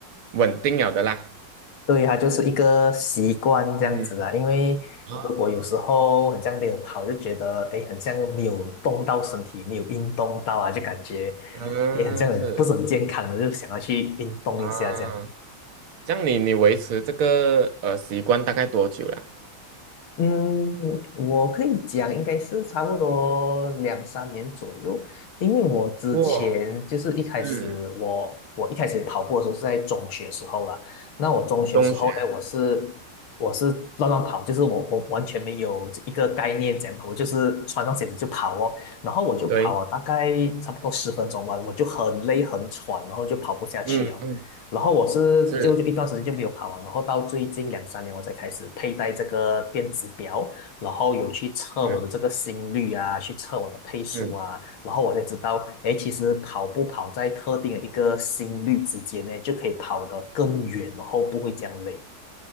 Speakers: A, on the right (about 85°); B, on the left (about 80°).
A: 稳定了的啦。
B: 对，它就是一个习惯这样子啦。
A: 嗯
B: 因为如果有时候很像没有跑，
A: 啊，
B: 就觉得哎，诶很像没有动到身体，没有运动到啊，就感觉
A: 嗯，
B: 哎，诶很像很不是很健康的，
A: 是
B: 就想要去运动一下这样。
A: 啊，这样你你维持这个呃习惯大概多久了？
B: 嗯，我可以讲，应该是差不多两三年左右，因为我之前就是一开始我我一开始跑步的时候是在中学时候啦，
A: 哇，嗯，
B: 那我中学时候呢，
A: 中学，
B: 我是我是乱乱跑，就是我我完全没有一个概念怎样跑，我就是穿上鞋子就跑哦，然后我就跑了大概差不多十分钟吧，
A: 对，
B: 我就很累很喘，然后就跑不下去了。
A: 嗯嗯，
B: 然后我是就就一段时间就没有跑完，
A: 是，
B: 然后到最近两三年我才开始佩戴这个电子表，然后有去测我的这个心率啊，
A: 嗯
B: 去测我的配速啊，
A: 嗯。
B: 然后我才知道，哎，其实跑步跑在特定的一个心率之间呢，就可以跑得更远，然后不会这样累。